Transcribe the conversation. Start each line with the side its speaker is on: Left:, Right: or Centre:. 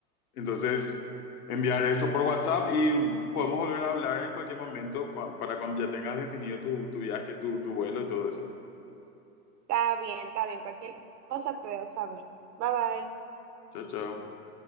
Left: Entonces, enviar eso por WhatsApp y podemos volver a hablar en cualquier momento cua- para cuando ya tengas definido tu, tu viaje, tu, tu vuelo y todo eso.
Right: Está bien, está bien, cualquier cosa te debo saber. Bye bye.
Left: Chao, chao.